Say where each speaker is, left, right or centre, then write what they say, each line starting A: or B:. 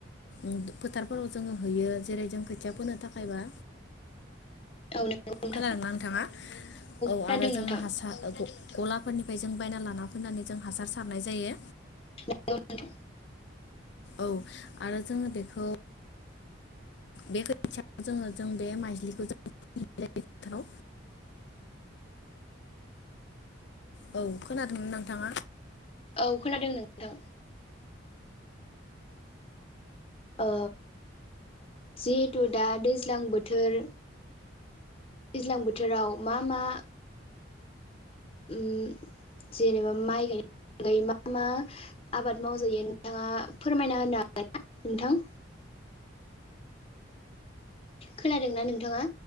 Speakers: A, on the left; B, on the left.
A: ओम फोथारफोराव जोङो हैयो जेरै जों खोथिया फोनो थाखायबा
B: औ नंगौ नोंथां
A: खोनादों ना नोंथाङा औ
B: खोनादों
A: आरो
B: नोंथां
A: जोङो हासार ओ गलाफोरनिफ्राय जों बायना लाना फैनानै जों हासार सारनाय जायो।
B: नंगौ नोंथां
A: औ आरो जोङो बेखौ बे खोथियाखौ जोङो जों बे माइज्लिखौ <unintelligible> औ खोनादोंना नोंथाङा
B: औ खोनादों नोंथां ओ जिहेथु दा दैज्लां बोथोर दैज्लां बोथोराव मा मा ओम जेनेबा माइ गाय मा मा आबाद मावजायो नोंथाङा फोरमायना होनो हागोन ना नोंथां खोनादोंना नोंथाङा